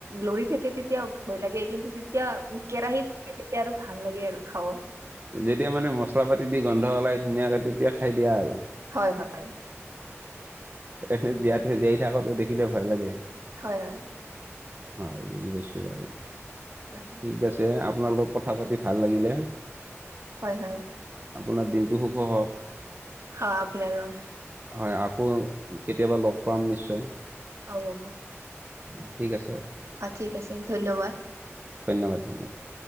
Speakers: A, on the right; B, on the right.
A: লৰি থাকে, তেতিয়া ভয় লাগে কিন্তু যেতিয়া। কেৰাহীতে তেতিয়া আৰু ভাল লাগে আৰু খাব।
B: যেতিয়া মানে মছলা পাতি দি গন্ধ ওলাই ধুনীয়াকে তেতিয়া খাই দিয়া আৰু।
A: হয়-হয়
B: এনে জীয়াই থ‌ই দিয়া কেইটা দেখিলে ভয় লাগে।
A: হয়-হয়।
B: হয়, বুজি পাইছোঁ বাৰু।
A: উম <unintelligible>
B: ঠিক আছে আপোনাৰ লগত কথা পাতি ভাল লাগিলে।
A: হয়-হয়।
B: আপোনাৰ দিনটো শুভ হওক।
A: <unintelligible>
B: হয়, আকৌ কেতিয়াবা লগ পাম নিশ্চয়।
A: <unintelligible>
B: অ', ঠিক আছে।
A: অ', ঠিক আছে ধন্যবাদ।
B: ধন্যবাদ-ধন্যবাদ।